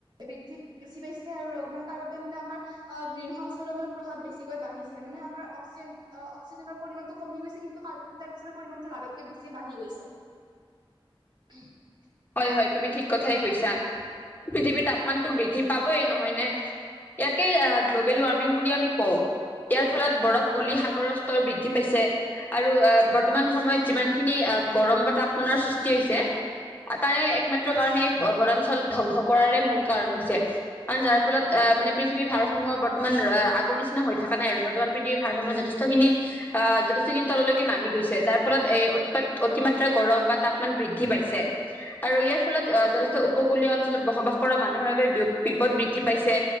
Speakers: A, on the right (about 55°); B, on the left (about 20°).
A: বৃদ্ধি বেছি পাইছে আৰু ৰ মানে তাৰ বাবে মানে আমাৰ অ গ্ৰীণ হাউচৰ মানে প্ৰভাৱ বেছিকৈ বাঢ়িছে। মানে আমাৰ অক্সজেন অক্সিজেন পৰিমাণটো কমি গৈছে, কিন্তু কাৰ্বন ডাইক্সাইডৰ পৰিমানটো লগাতকে বেছি বাঢ়ি গৈছে।
B: <unintelligible>
A: <unintelligible>
B: হয় হয় তুমি ঠিক কথাই কৈছা। পৃথিৱীৰ তাপমানতটো বৃদ্ধি পাবয়ে নহয় নে। ইয়াকেই গ্ল'বেল ৱাৰ্মিং বুলি আমি কওঁ। ইয়াৰ ফলত বৰফ গলি সাগৰৰ স্তৰ বৃদ্ধি পাইছে আৰু আহ বৰ্তমান সময়ত যিমান খিনি। গৰম বতা তাপমানৰ সৃষ্টি হৈছে তাৰে একমাত্ৰ কাৰণ এই বনাঞ্চল ধ্বংস কৰাৰে মূল কাৰণ হৈছে কাৰন যাৰ ফলত আহ। মানে পৃথিৱীৰ ভাৰসম্য বৰ্তমান আগৰ নিচিনা হৈ থকা নাই আৰু বৰ্তমান পৃথিৱীৰ ভাৰসাম্য যথষ্টখিনি। যথেষ্ট দিন তললৈকে নামি গৈছে যাৰ ফলত এ অতি অতিমাত্ৰা গৰম বা তাপমান বৃদ্ধি পাইছে। আৰু ইয়াৰ ফলত আহ যথেষ্ট উপকূলীয় অঞ্চলত বসবাস কৰা মানুহৰ বাবে বিপদ বৃদ্ধি পাইছে।